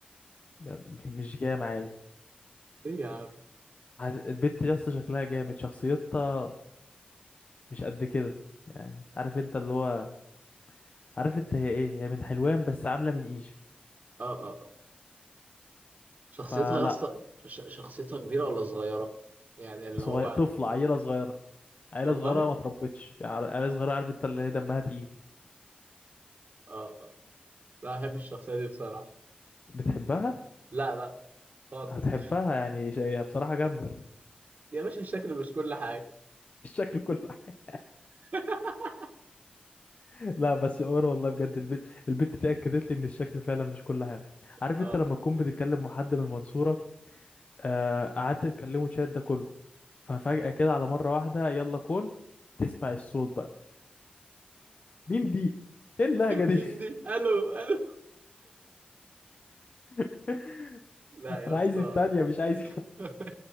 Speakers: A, on the left (about 50°); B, on the right (about 60°).
A: م- مش جايه معايا
B: ايه يا عم
A: حاس- البت يا اسطى شكلها جامد شخصيتها مش قد كده يعني عارف انت اللي هو عارف انت هي ايه هي من حلوان بس عامله من ايجيبت
B: اه اه اه شخصيتها
A: فلا
B: يا اسطى ش- شخصيتها كبيره ولا صغيره يعني اللي
A: صغير
B: هو
A: طفله عيله صغيره عيله
B: والله
A: صغيره ما تربتش يعني عر- عيله صغيره عارف انت اللي هي دمها تقيل
B: اه اه لا بحب الشخصيه دي بصراحه
A: بتحبها
B: لا لا خالص
A: هتحبها يعني ش- هي بصراحه جامده
B: يا باشا الشكل مش كل حاجه
A: <laughs> الشكل كل حاجه
B: <laughs>
A: <laughs> لا بس يا عمر والله بجد البت البت دي اكدت لي ان الشكل فعلا مش كل حاجه عارف
B: اه
A: انت لما تكون بتتكلم مع حد من المنصوره آه قعدت تكلمه شات ده كله ففجاه كده على مره واحده يلا كل تسمع الصوت بقى مين دي ايه اللهجة دي
B: مين دي الو الو
A: <laughs>
B: <laughs> لا
A: انا
B: يا اسطى
A: عايز التانية مش عايز كده.
B: <laughs>